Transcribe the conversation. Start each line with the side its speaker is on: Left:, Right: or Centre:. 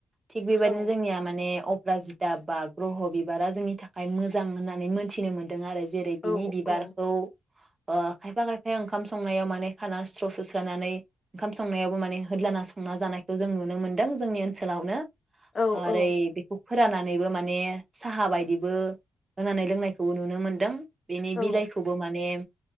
Right: थिग बेबायदिनो
Left: औ
Right: जोंनिया माने अप राजिता बा ग्रह बिबारा जोंनि थाखाय मोजां होननानै मोनथिनो मोनदों आरो। जेरै
Left: औ
Right: बिनि बिबारखौ
Left: औ
Right: ओ खायफा खायफाया ओंखाम संनायाव माने खाना स्र' सुस्रानानै ओंखाम संनायावबो माने होदलाना संना जानायखौ जों नुनो मोन्दों जोंनि ओनसोलावनो।
Left: औ
Right: आरो
Left: औ
Right: रै ब फोराननानैबो माने साहा बायदिबो होनानै लोंनायखौबो नुनो मोनदों। बेनि
Left: औ
Right: बिलाइखौबो माने